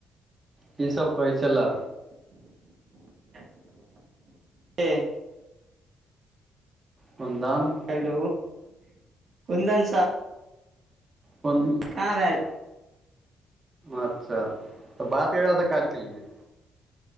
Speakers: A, on the right; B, on the right.
A: की सब कहै छला
B: <unintelligible> केँ
A: कुन्दन
B: हेलो <inaudible> कुन्दन स
A: अपन
B: कहाँ भैल
A: अच्छा तऽ बात कैकर स काइल केँ लिए